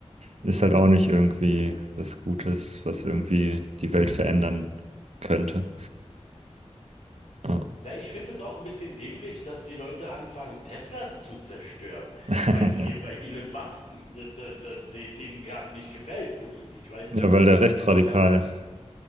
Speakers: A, on the right (about 70°); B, on the left (about 80°).
A: ist halt auch nicht irgendwie was Gutes, was irgendwie die Welt verändern könnte. Ja,
B: Na, ich finde es auch ein bisschen dämlich, dass die Leute anfangen, Teslas zu zerstören,
A: <laughs>
B: weil die,
A: ja
B: ihr- weil Elon Musk, äh, d- d- d- denen gerade nicht gefällt politisch, weißt
A: weil
B: du?
A: der rechtsradikal
B: So,
A: ist.